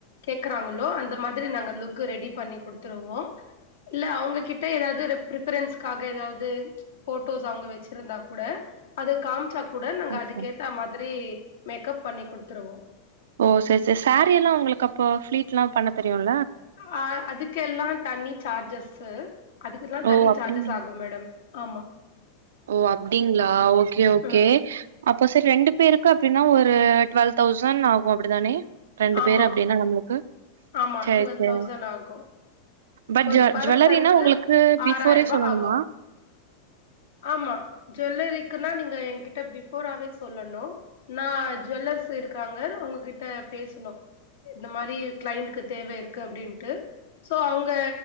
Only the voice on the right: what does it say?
ஓகே
ஓ செரி செரி சாரீ எல்லா உங்களுக்கு அப்போ ப்ளீட் எல்லா பண்ண தெரியுல
ஓ
அப்டிங்
ஓ அப்டிங்ளா ஓகே ஓகே
அப்போ சரி ரெண்டு பேரு அப்படின்னா ஒரு டுவெல் தௌசண்ட் ஆகும் அப்படிதானே ரெண்டு
பேர் அப்படின்னா நம்மளுக்கு
செரி
செரிங்
பட்
ஜுவல்லரினா உங்களுக்கு பிஃபோரே
சொல்லணுமா